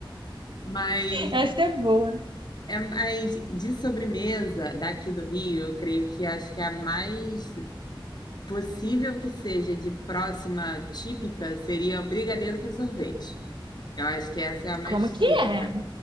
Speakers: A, on the left (about 55°); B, on the right (about 70°).
A: Mas
B: Essa é boa.
A: É mais de sobremesa daqui do Rio, eu creio que acho que a mais possível que seja de próxima típica seria o brigadeiro com sorvete. Eu acho que essa é a mais
B: Como que
A: típica.
B: é?